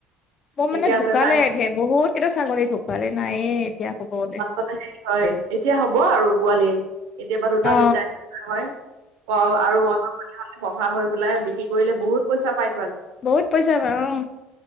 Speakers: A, on the left; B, on the right.
A: মই
B: ঠিকে
A: মানে ঢুকালে
B: আছে তাই
A: ধেই বহুত কেইটা ছাগলী ঢুকালে নায়ে এতিয়া ক'ব গ'লে
B: অতে হে হয় এতিয়া হব আৰু পোৱালি কেতিয়াবা দুটা
A: অ
B: তিনিটা এনকা হয় অ আৰু মতা পোৱালি হলে বুঢ়া হৈ পেলাই বিক্ৰী কৰিলে বহুত পইচা পায়
A: বহুত পইচা পায় উম